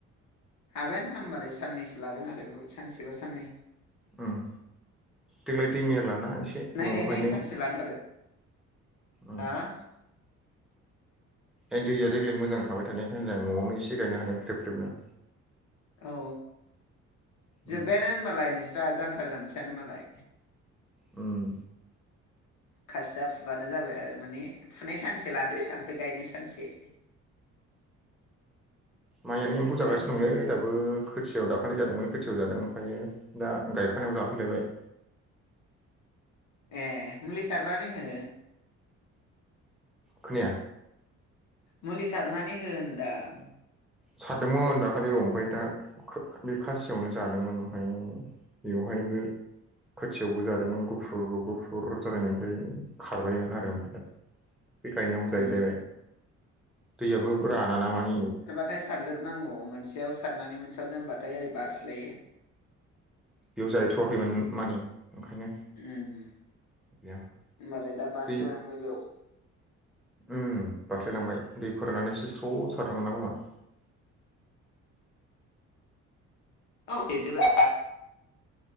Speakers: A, on the left; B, in the centre.
A: हाबोन ना होमबालाय साननैसो लागोन आरो बे सानसेबा साननै।
B: उम देग्लाय दै मेरलाना एसे
A: फुनाय
B: न'आवहायनो
A: <unintelligible>
B: उम ए दैया देग्लाय मोजां थाबाय थानायखाय होनदां न'आवनो एसे गायनो हादों ख्रेब ख्रेबनो।
A: औ
B: उम
A: जोब्बायानो होनोमबालाय नोंस्रा जांख्रा जानोसैयानो मालाय।
B: उम।
A: खासिया फुबानो जाबाय आरो माने फुनाय सानसे लादो ओमफ्राय गायनाय सानसे
B: माइआनो
A: जोब्बायानो
B: एम्फौ जागासिनो दंलै दाबो। खोथियाव दाखालै जादोंमोन खोथियाव जादों ओमफायो दा गायखानायाव जाफैलायबाय।
A: ऐ मुलि सारनानै हो।
B: खोनाया।
A: मुलि सारनानै हो होनदां।
B: सारदोंमोन दाखालि औ ओमफ्राय दा बे खासियावनो जादोंमोन ओमफ्राय बेवहायबो खोथियावबो जादोंमोन गुफुर गुफुर जालायनायनिफ्राय खारबायमोन आरो ओमफ्राय दा बे गायनायावबो जाहैलायबाय
A: उम
B: दैयाबो राना ना मानि
A: थाय सारजोबनांगौ मोनसेयाव सारनानै मोनसेयाव दोनबाथाय ओरै बारस्लायो
B: बेयाव जाहैथ'वाखैमोन मानि ओंखायनो
A: उम
B: गैया
A: होनबालाय दा बास्लायलांबाय
B: दै
A: बेयाव।
B: उम बारस्रायलांबाय दै फोराननानै एसे स्ल' सारनो मोननांगौमोन।
A: औ देदब्रा